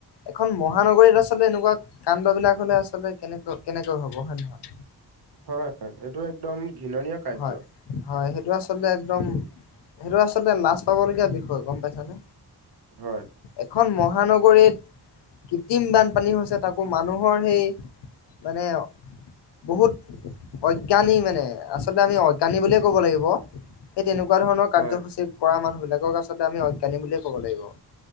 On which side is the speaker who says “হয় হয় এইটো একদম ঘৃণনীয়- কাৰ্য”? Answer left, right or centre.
Right